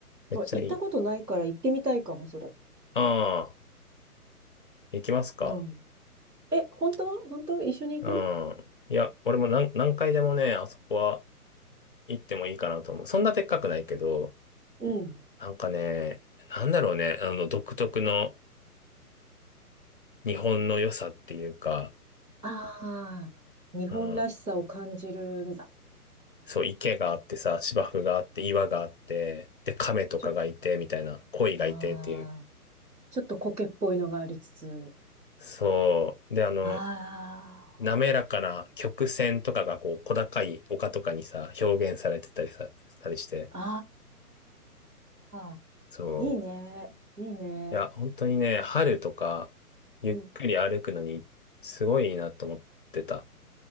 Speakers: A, on the left; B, on the right.
A: めっちゃいい。
B: 行ったことないから行ってみたいかも、それ。
A: ああ。行きますか
B: うん。え、本当本当一緒に行く
A: うん。いや、俺も何、何回でもね、あそこは行ってもいいかなと思う。そんなでっかくないけど、
B: うん。
A: なんかね、なんだろうね、あの、独特の日本の良さっていうか、
B: ああ、日本らしさを感じるんだ。
A: うん。そう、池があってさ、芝生があって、岩があって、で、亀とかがいて、
B: ちょっと、
A: みたいな、鯉がいてっていう。
B: ああ、ちょっと苔っぽいのがありつつ。
A: そう。で、あの、
B: あ
A: 滑らかな曲線とかがこう、小高い丘とかにさ、表現されてたりさ、したりして、
B: あ、ああ、
A: そう。
B: いいね、いいね。
A: いや、本当にね、春とか、ゆっくり歩くのに、
B: うん。
A: すごいいいなと思ってた。